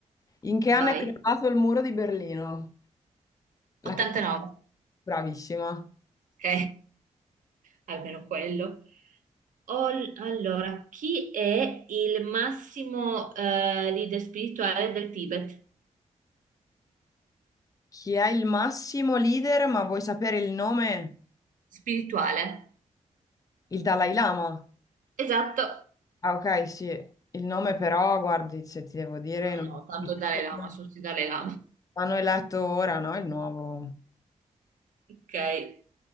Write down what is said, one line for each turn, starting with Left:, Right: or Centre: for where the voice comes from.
Left: In che
Right: vai.
Left: anno è creato il muro di Berlino? La
Right: 89.
Left: ca- Bravissima.
Right: Ok, almeno quello. Ol- allora, chi è il massimo eh, leader spirituale del Tibet?
Left: Chi è il massimo leader, ma vuoi sapere il nome?
Right: Spirituale.
Left: Il Dalai Lama.
Right: Esatto.
Left: Ah, ok, sì, il nome però, guardi, se ti devo dire,
Right: Ma
Left: non...
Right: no, tanto
Left: mi credo
Right: Dalai Lama,
Left: che
Right: sono sì Dalai Lama.
Left: l'hanno eletto ora, no? Il nuovo.
Right: Ok.